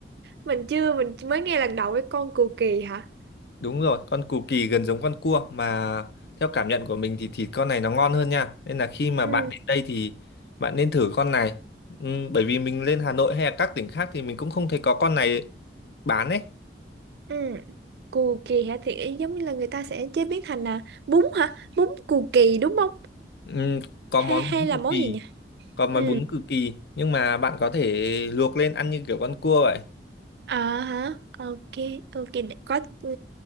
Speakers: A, on the right; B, on the left.
A: mình chưa mình mới nghe lần đầu cái con cù kỳ hả
B: Đúng rồi, con cù kỳ gần giống con cua mà theo cảm nhận của mình thì thịt con này nó ngon hơn nha. Nên là khi mà
A: ừ
B: bạn đến đây thì bạn nên thử con này. Ừm, bởi vì mình lên Hà Nội hay là các tỉnh khác thì mình cũng không thấy có con này bán ấy.
A: ừ, cù kỳ hả? Thì ý giống như là người ta sẽ chế biến thành à, bún hả? Bún cù kỳ đúng không?
B: Ừm, có
A: hay
B: món
A: hay
B: bún
A: là
B: cù
A: món
B: kỳ,
A: gì nhỉ
B: có món
A: ừ
B: bún cù kỳ nhưng mà bạn có thể luộc lên ăn như kiểu con cua vậy.
A: à hả ok ok để- có ừ,